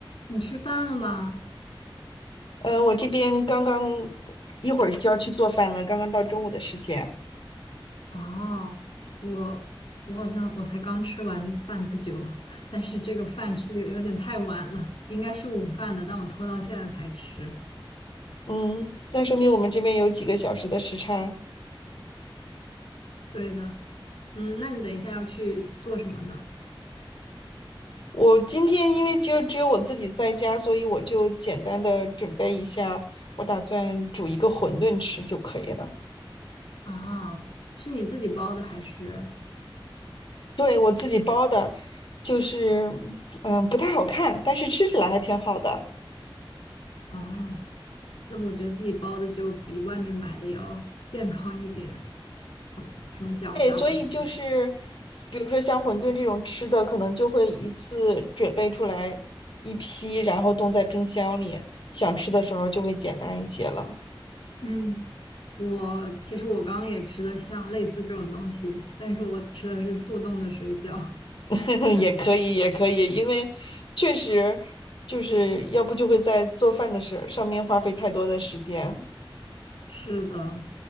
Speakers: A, on the left (about 80°); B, on the left (about 65°).
A: 你吃饭了吗？
B: 呃，我这边刚刚一会儿就要去做饭了，刚刚到中午的时间。
A: 哦，我我好像我才刚吃完饭不久，<laughs> 但是这个饭吃的有有点太晚了，应该是午饭的，但我拖到现在才吃。
B: 嗯，那说明我们这边有几个小时的时差。
A: 对的，嗯，那你等一下要去做什么呢？
B: 我今天因为就只有我自己在家，所以我就简单的准备一下，我打算煮一个馄饨吃就可以了。
A: 啊，是你自己包的还是？
B: 对，我自己包的，就是嗯不太好看，但是吃起来还挺好的。
A: 啊，那我觉得自己包的就比外面买的要健康一点，混什么饺子啊、
B: 对，所以就是，
A: 馄饨，
B: 比如说像馄饨这种吃的，可能就会一次准备出来一批，然后冻在冰箱里，想吃的时候就会简单一些了。
A: 嗯。我其实我刚刚也吃了像类似这种东西，但是我吃的是速冻的水饺。
B: <laughs> 也可以，也可以，因为确实就是要不就会在做饭的事上面花费太多的时间。
A: <laughs> 是的，